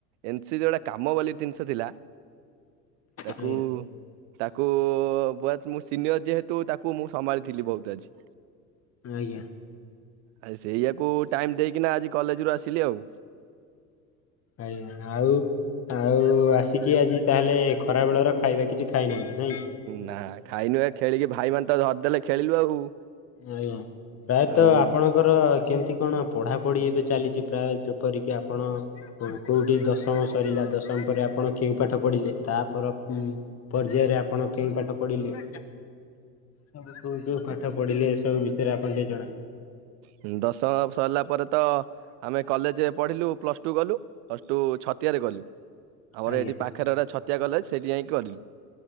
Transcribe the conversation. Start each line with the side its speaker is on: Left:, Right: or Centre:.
Right: ଏନସି ଯେ ଗୋଟେ କାମ ବୋଲି ଦିନଷ ଥିଲା ତାକୁ
Left: ଆଜ୍ଞା
Right: ତାକୁ ବଏତ୍ ମୁଁ ସିନିୟର ଯେହେତୁ ତାକୁ ମୁଁ ସମ୍ଭାଳିଥିଲି ବୋହୁତ ଆଜି।
Left: ଆଜ୍ଞା।
Right: ଆ ସେଇଆକୁ ଟାଇମ୍ ଦେଇକିନା ଆଜି କଲେଜରୁ ଆସିଲି ଆଉ।
Left: ଆଜ୍ଞା ଆଉ। ଆଉ ଆସିକି ଆଜି ତାହେଲେ ଖରା ବେଳର ଖାଇବା କିଛି ଖାଇନାହାନ୍ତି? ନାଇଁ କି?
Right: ନା ଖାଇନୁ ଏ ଖେଳିକି ଭାଇମାନେ ତ ଧରିଦେଲେ ଖେଳିଲୁ ଆଉ।
Left: ଆଜ୍ଞା ପ୍ରାୟତ
Right: ଆଉ
Left: ଆପଣଙ୍କର କେମତି କଣ ପଢାପଢି ଏବେ ଚାଲିଚି ପ୍ରାୟେ ଯେପରିକି ଆପଣ କୋ କୋଉଠି ଦଶମ ସରିଲା ଦଶମ ପରେ ଆପଣ କେଉଁ ପାଠ ପଢିଲେ ତା ପର ଉଁ ପର୍ଯ୍ୟାୟରେ ଆପଣ କେଉଁ ପାଠ ପଢିଲେ? ସବୁ କୋଉ କୋଉ ପାଠ ପଢିଲେ ଏସବୁ ବିଷୟରେ ଆପଣ ଟିକେ ଜଣାଇବେ।
Right: ହୁଁ ଦଶହ ସରଲା ପରେ ତ ଆମେ କଲେଜରେ ପଢ଼ିଲୁ ପ୍ଲସ୍ ଟୁ କଲୁ ପ୍ଲସ୍ ଟୁ ଛ ତିଆରି କଲୁ ଆମର
Left: ଆଜ୍ଞା
Right: ଏଇଠି ପାଖରେ ଗୋଟେ ଛତିଆ କଲେଜ୍ ସେଇଠି ଯାଇକି କରିଲୁ।